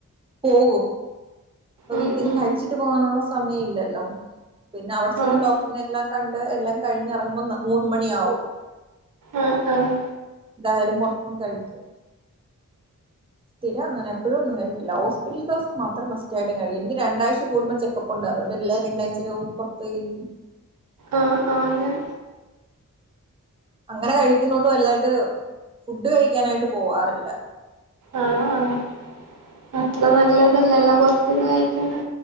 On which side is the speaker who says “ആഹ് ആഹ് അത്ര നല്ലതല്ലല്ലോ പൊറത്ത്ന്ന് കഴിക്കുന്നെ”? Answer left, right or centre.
Right